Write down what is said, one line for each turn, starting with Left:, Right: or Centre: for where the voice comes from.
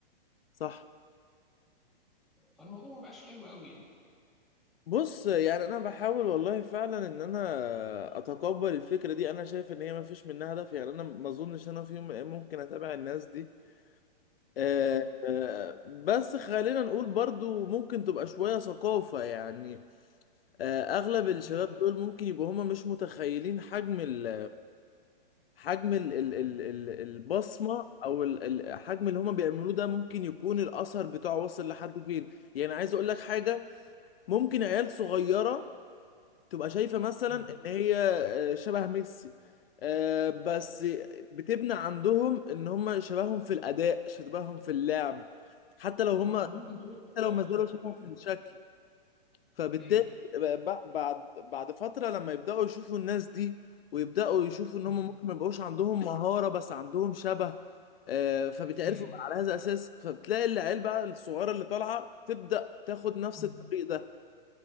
Left: صح
Centre: فالموضوع ما بقاش حلو قوي يعني
Left: بص يعني انا بحاول والله فعلا ان انا اتقبل الفكرة دي انا شايف ان هي ما فيش منها هدف يعني انا ما اظنش انا في يوم من الأيام ممكن اتابع الناس دي آه،
Centre: امم
Left: آه، بس خلينا نقول برضو ممكن تبقى شوية ثقافة يعني آه، اغلب الشباب
Centre: امم
Left: دول ممكن يبقوا هما مش متخيلين حجم ال حجم ال ال ال ال البصمه او ال- الحجم اللي هما بيعملوه ده ممكن يكون الاثر بتاعه واصل لحد فين يعني عايز اقول لك حاجه ممكن عيال صغيره تبقى شايفه مثلا
Centre: امم
Left: ان هي آه، شبه ميسي آه، بس بتبنى عندهم ان هما شبههم في الاداء شبههم في اللعب حتى لو هما
Centre: صح ممكن تقول لك ستايلك
Left: حتى لو ما زالوا
Centre: شكله
Left: شبههم
Centre: يعني
Left: في
Centre: ممكن
Left: الشكل
Centre: تقول
Left: فبالتالي
Centre: امم
Left: ب- بعد بعد فترة لما يبدأوا يشوفوا الناس دي ويبدأوا يشوفوا ان هم
Centre: امم
Left: ممكن ما يبقوش عندهم مهارة بس عندهم شبه آه، فبيتعرفوا
Centre: امم
Left: بقى على هذا الأساس فبتلاقي العيال بقى الصغيرة اللي طالعة تبدأ تاخد نفس
Centre: امم
Left: الطريق ده